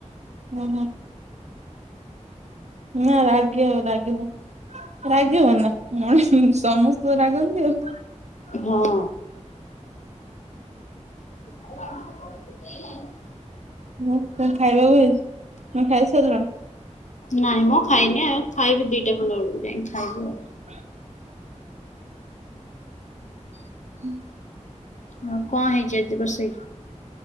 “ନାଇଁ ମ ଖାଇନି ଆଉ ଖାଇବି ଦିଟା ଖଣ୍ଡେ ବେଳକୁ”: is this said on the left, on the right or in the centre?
Left